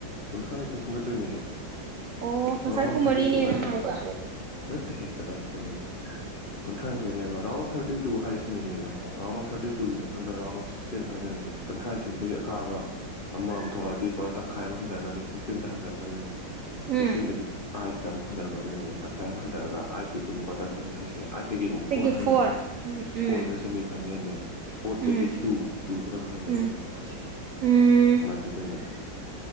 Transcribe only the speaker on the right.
ꯑꯣ ꯉꯁꯥꯏ
ꯀꯨꯝꯃꯔꯤꯅꯦꯅ
ꯍꯥꯏꯕ
ꯎꯝ
ꯐꯣꯔ
ꯎꯝ
ꯎꯝ
ꯎꯝ ꯎꯝ ꯎꯝ